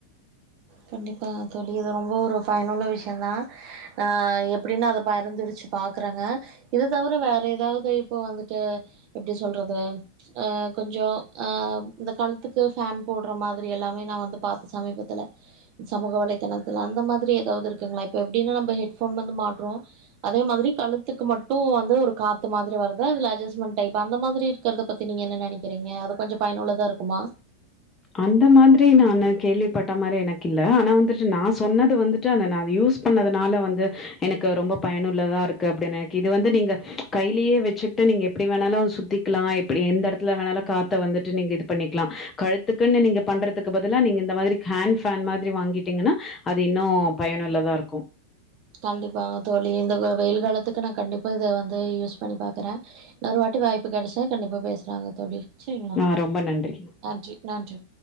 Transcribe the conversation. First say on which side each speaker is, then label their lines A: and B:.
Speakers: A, on the right; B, on the left.
A: கண்டிப்பா தோழி இது ரொம்ப ஒரு பயனுள்ள விஷ்யந்தா ஆ எப்டின்னு அத பயர்ந்துருச்சு பாக்குறங்க இத தவர வேற எதாது இப்போ வந்துட்டு எப்டி சொல்றது அ கொஞ்சோ ஆ இந்த கழுத்துக்கு ஃபேன் போட்ற மாதிரி எல்லாமே நா வந்து பாத்தே சமீபத்துல்ல சமூக வலைத்தளத்துல அந்த மாதிரி எதாவது இருக்குங்களா இப்ப எப்டின்னா நம்ம ஹெட் ஃபோன் வந்து வந்து மாட்றோ அதே மாதிரி கழுத்துக்கு மட்டு வந்து ஒரு காத்து மாதிரி வருது அதுல அட்ஜஸ்ட்மெண்ட் டைப் அந்த மாதிரி க்கறத பத்தி நீங்க என்ன நெனைக்கிறீங்க அது கொஞ்ச பயனுள்ளதா இருக்குமா
B: அந்த மாதிரி நானு கேள்விப்பட்ட மாரி எனக்கு இல்ல ஆனா வந்துட்டு நா சொன்னது வந்து ட்டு அத நா அத யூஸ் பண்ணதுனால வந்து எனக்கு ரொம்ப பயனுள்ளதா இருக்கு அப்டின் எக்கு இது வந்து நீங்க கையிலேயே வச்சுட்டு நீங்க எப்டி வேணாலு சு த்திக்லா எப்டி எந்த எடத்துல வேணாலு காத்த வந்துட்டு நீங்க இது பண்ணிக்லா கழுத்துக்குன்னு நீங்க பண்றதுக்கு பதிலா நீங்க இந்த மாதிரி ஹேண்ட் ஃபேன் மாதிரி வாங்கிட்டீங்கன்னா அது இன்னு பயனுள்ளதா இருக்கு
A: கண்டிப்பாங்க தோழி இந்த வ வெயில் காலத்துக்கு நா கண்டிப்பாக இத வந்து யூஸ் பண்ணி பாக்குறே இன்னொரு வாட்டி வாய்ப்பு கெடச்சா கண்டிப்பா பேசுலாங்க தோழி சரிங்களா
B: ஆ ரொம்ப நன்றி.
A: நன்றி நன்றி